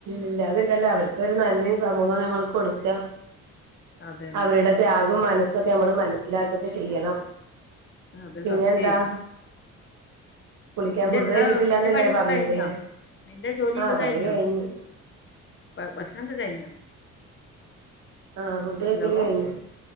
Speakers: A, on the right (about 80°); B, on the left (about 40°).
A: ഇല്ലാതൊക്കല്ല അവർക്കൊരു നൻമിം സമൂഹം ഞമ്മൾ കൊടുക്ക
B: അതന്നെ
A: അവരുടെ ത്യാഗും മനസ്സൊക്കെ ഞമ്മള് മനസ്സിലാക്കുക്കെ ചെയ്യണം
B: അതെ
A: പിന്നെന്താ
B: സത്യമായിട്ടും
A: കുളിക്കാൻ
B: നിന്റെ
A: ഫുഡ്
B: എന്താ
A: കഴിച്ചിട്ടില്ലാന്നല്ലേ
B: നിന്റെ പണിയൊക്കെ
A: പറഞ്ഞതില്ലേ
B: കഴിഞ്ഞോ നിന്റെ ജോലിയൊക്കെ
A: ആഹ്
B: കഴിഞ്ഞോ
A: പണി കഴിഞ്ഞു
B: ഭക്ഷണം ഒക്കെ കഴിഞ്ഞോ
A: ആഹ് ഫുഡ് കഴിക്കല്
B: ഹലോ
A: കഴിഞ്ഞു